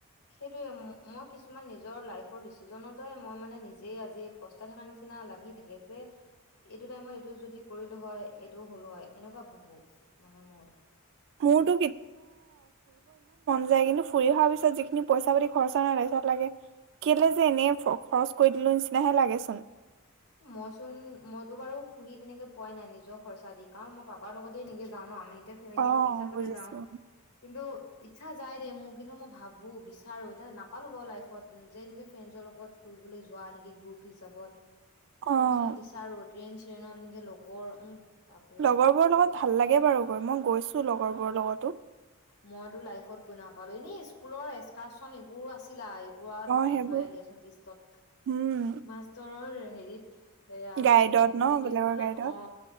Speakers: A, on the left; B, on the right.
A: সেইটোৱেই। মই কিছুমান নিজৰ লাইফৰ ডিচিজনতে, মানে- নিজেই আজি পস্তাই থকা নিচিনা নিচিনা লাগি থাকে যে এইটো টাইমত এইটো যদি কৰিলোঁ, হয়, এইটোও হ'ল হয়। এনেকুৱা ভাবোঁ, মানে মই।
B: মোৰতো <unintelligible> ফুই অহাৰ পিছত যিখিনি পইচা-পাতি খৰচা ন। তাৰপিছত লাগে, কেলে যে এনে খৰচ কৰি দিলোঁ। নিচিনাহে লাগে চোন।
A: মই চোন, মইতো বাৰু ফুৰি তেনেকে পোৱাই নাই, নিজৰ খৰচা দি। কাৰণ, মই পাপাৰ লগতে এনেকে যাওঁ, ন। আমি। এতিয়া ফেমিলি
B: অ',
A: হিচাপতে
B: বুজিছো
A: যাওঁ, কিন্ত ইচ্ছা যায় দেই, মোৰ। কিন্তু মই ভাবোঁ। বিচাৰোঁ। এতিয়া, নাপালোঁ বাৰু লাইফত। যে এনেকে ফ্ৰেণ্ডচৰ লগত ফুৰিবলৈ যোৱা নেকি, গ্ৰুপ হিচাপত?
B: অ',
A: তেনেকুৱা মই বিচাৰো ট্ৰেইন চ্ৰেইনত এনেকে লগৰ উম বাপৰে
B: লগৰবোৰৰ লগত ভাল লাগে বাৰু গৈ মই গৈছো লগৰবোৰৰ লগতো।
A: মইতো লাইফত গৈ নাপালো এনে স্কুলৰ এক্সকাৰ্চন এইবোৰো আছিলা ফুৱাত
B: অ',
A: নধয়
B: সেইবোৰ
A: দিয়াচোন লিষ্টত
B: উম,
A: মাষ্টৰৰ হেৰিত এয়া
B: গাইডত
A: মানে
B: ন
A: নিৰ্দেশনাত
B: বেলেগৰ গাইডত
A: অ